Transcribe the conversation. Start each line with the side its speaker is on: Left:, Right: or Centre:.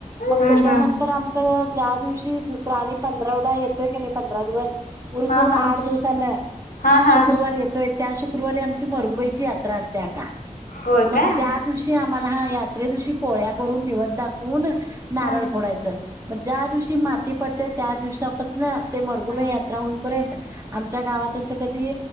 Right: मग
Left: हा
Right: त्याच्यानंतर
Left: हा
Right: आमच त्या दिवशी दुसरा आणि पंधरावडा येतोय की नाही पंधरा दिवस उरसून
Left: हा हा
Right: आठ दिवसान
Left: हा हा
Right: शुक्रवार येतोय त्या शु गुरुवारी आमची मरगुईची यात्रा असते आका
Left: होय
Right: मग
Left: काय
Right: त्या दिवशी आम्हाला हा यात्रे दिवशी पोळ्या करून निवद दाखवून
Left: हा
Right: नारळ
Left: हा
Right: फोडायचं मग ज्या दिवशी माती पडते त्या दिवपासन ते मरघुबे
Left: हा
Right: यात्रा होईपर्यंत आमच्या गावात अस कधी